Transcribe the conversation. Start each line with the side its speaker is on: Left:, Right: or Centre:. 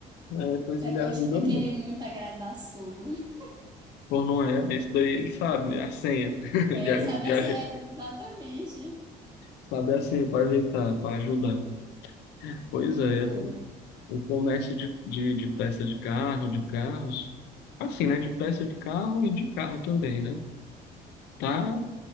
Left: É, pois
Right: Você
Left: ele
Right: gosta
Left: ajuda
Right: de querer
Left: muito.
Right: muito agradar sogro. <laughs>
Left: Pô, não é. Esse daí ele sabe a senha. <laughs>
Right: É,
Left: De, arran-
Right: sabe?
Left: de,
Right: essa-
Left: aje-
Right: É, exatamente.
Left: sabe a senha para ajeitar, para ajudar.
Right: É,
Left: Pois é,
Right: cara,
Left: pô. o comércio de, de, de peça de carro, de carros, assim, né? De peça de carro e de carro também, né? Tá